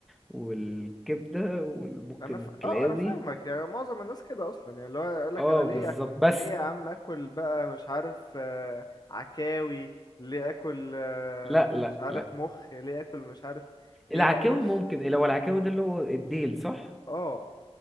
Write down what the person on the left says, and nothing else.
انا ف...
اه انا فاهمك يعني معظم الناس كده اصلا يعني اللي هو يقول لك
انا ليه
ليه يا عم اكل بقى مش عارف آه، عكاوي ليه اكل آه،
مش عارف
مخ ليه اكل مش عارف هي
بص
اه